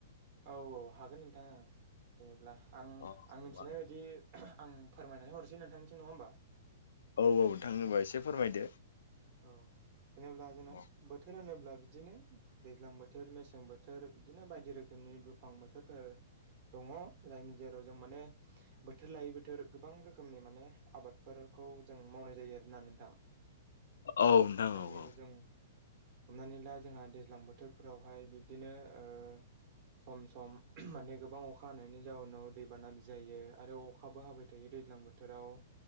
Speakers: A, on the right; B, on the left.
A: औ औ हागोन नोंथां ओं जेनेब्ला आं
B: अ
A: आं मिथिनाय
B: मा
A: बायदि आं फोरमायनानै हरसै नोंथांनिसिम नङा होमबा?
B: औ औ नोंथां होमबा एसे फोरमायदो।
A: औ जेनेब्ला जोंना
B: औ
A: बोथोर होनोब्ला बिदिनो दैज्लां बोथोर, मेसें बोथोर बिदिनो बायदि रोखोमनि दुफां बोथोरफोर दङ जायनि जेराव जों माने बोथोर लायै बोथोर गोबां रोखोमनि माने आबादफोरखौ जों मावनाय जायो आरो ना नोंथां।
B: औ नोंथां
A: दायो
B: औ औ
A: जों
B: <inaudible>
A: हमनानै ला जोंहा दैज्लां बोथोरफोरावहाय बिबदिनो ओ सम सम माने गोबां अखा हानायनि जाउनाव दैबानाबो जायो आरो अखाबो हाबाय थायो दैज्लां बोथोराव।